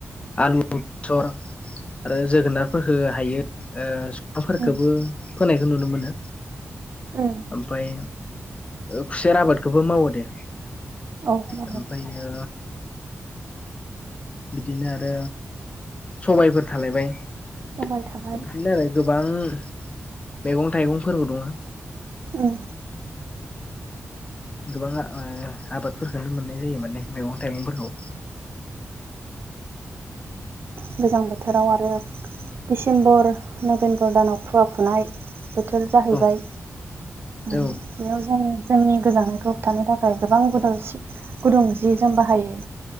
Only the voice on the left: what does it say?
आलु बेसर आरो जोगोनारफोर हो हायो ओ <unintelligible> फोरखौबो
फोनायखौ नुनो मोनो
ओमफाय ओ <unintelligible> आबादखौबो मावो दे
ओमफ्रायो बिदिनो आरो सबायफोर थालायबाय
बिदिनो
आरो गोबां मैगं थाइगंफोरबो दङ
गोबां ओ आबादफोरखौनो मोननाय जायो माने मैगं थाइगंफोरखौ <inaudible>
औ
औ